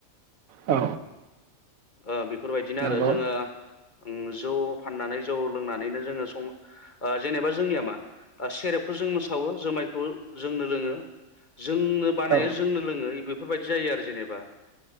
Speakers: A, on the right (about 80°); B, on the left (about 45°).
A: औ
B: ओ बि फोरबायदिनो
A: नंगौ
B: आरो जोङो उम जौ फाननानै जौ लोंनानैनो जोङो सं ओ जेनेबा जोंनिया मा सेरेबखौ जोंनो सावो जोमायखौ जोंनो लोङो जोंनो बानायो
A: औ
B: जोंनो लोङो इबो बेफोरबायदि जायो आरो जेनेबा